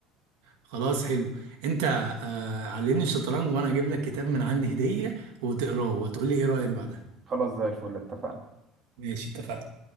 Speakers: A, on the right; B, on the right.
A: خلاص حلو انت آه، علمني الشطرنج وانا هجيب لك كتاب من عندي هديه وتقراه وتقول لي ايه رايك بعدها
B: خلاص زي الفل اتفقنا
A: ماشي اتفقنا